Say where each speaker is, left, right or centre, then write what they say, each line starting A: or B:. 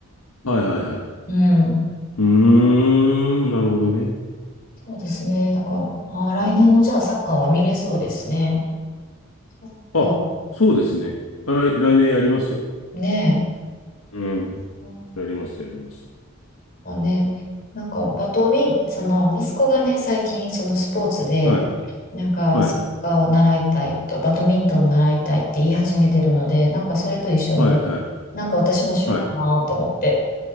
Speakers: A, on the left (about 85°); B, on the left (about 40°).
A: はいはいはい。
B: うん。
A: うーん、なるほどね。
B: そうですね。だから、あー、来年のじゃあサッカーは見れそうですね。
A: うん、
B: そっか。
A: あ、そうですね。あ来来年やりますよ。
B: ね
A: うん。
B: え。
A: やります、やります。
B: もうね、なんかバドミン、その息子がね、最近そのスポーツで、
A: はい。
B: なんかサッカーを習いたいと、
A: はい。
B: バドミントン習いたいって言い始めてるので、なんかそれと一緒にね、
A: はいはい。
B: なんか私もしようかなと思って、
A: はい。